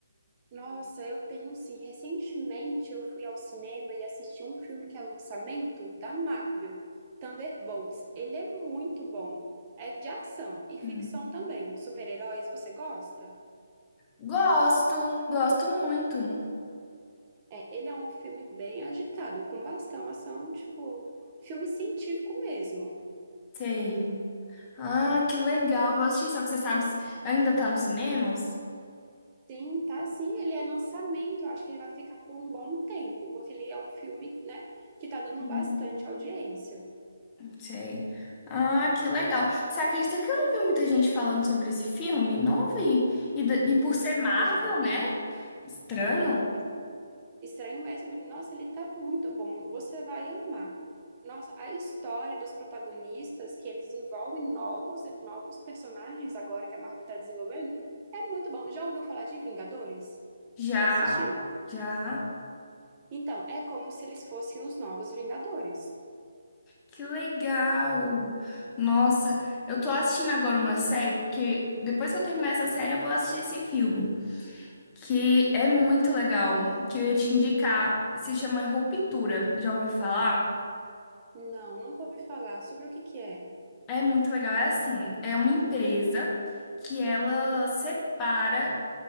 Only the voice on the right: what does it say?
Nossa, eu tenho sim. Recentemente eu fui ao cinema e assisti um filme que é lançamento da Marvel, Thunderbolts. Ele é muito bom. É de ação e ficção
também. Super-heróis, você gosta?
É, ele é um filme bem agitado, com bastante ação, tipo, filme científico mesmo.
Sim, tá sim, ele é lançamento, eu acho que ele vai ficar por um bom tempo, porque ele é um filme, né, que tá dando
bastante audiência.
Mentira.
Nossa, estranho mesmo. Nossa, ele tá muito bom. Você vai amar. Nossa, a história dos protagonistas, que eles envolvem novos, novos personagens agora que a Marvel tá desenvolvendo, é muito bom. Já ouviu falar de Vingadores?
Já assistiu?
Então, é como se eles fossem os novos Vingadores.
Não, nunca ouvi falar. Sobre o que que é?